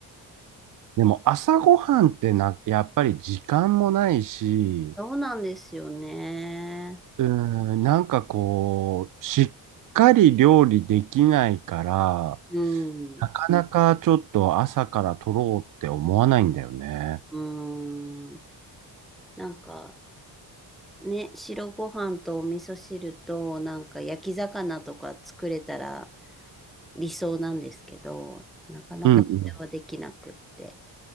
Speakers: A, on the right; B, in the centre.
A: でも朝ごはんってな、やっぱり時間もないし、
B: そうなんですよね。
A: うーん、なんかこう、しっかり料理できないから、
B: うん、
A: なかなかちょっと朝から取ろうって思わないんだよね。
B: うん。なんか、ね、白ご飯とお味噌汁と、なんか焼き魚とか作れたら理想なんですけど、なかなかそれはできなくって。
A: うんうん。